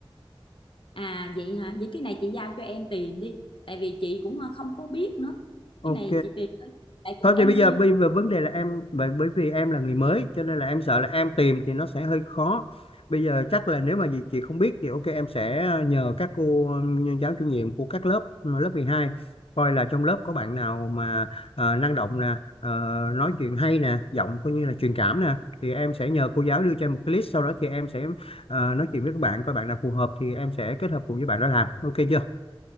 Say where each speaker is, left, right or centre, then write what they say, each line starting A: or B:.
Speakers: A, on the left (about 65°); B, on the left (about 80°).
A: à vậy hả vậy cái này chị giao cho em tìm đi tại vì chị cũng à, không có biết nữa
B: ok
A: cái này chị tìm thôi. tại
B: Thôi
A: vì em
B: thì bây
A: MC
B: giờ bây giờ vấn đề là em bởi bởi vì em là người mới cho nên là em sợ là em tìm thì nó sẽ hơi khó. Bây giờ chắc là nếu mà gì chị không biết thì ok em sẽ nhờ các cô ừ, giáo chủ nhiệm của các lớp mà lớp mười hai coi là trong lớp có bạn nào mà ờ, năng động nè, ờ, nói chuyện hay nè, giọng coi như là truyền cảm nè thì em sẽ nhờ cô giáo đưa cho em một cái list sau đó thì em sẽ ờ, nói chuyện với các bạn coi bạn nào phù hợp thì em sẽ kết hợp cùng với bạn đó làm. Ok chưa?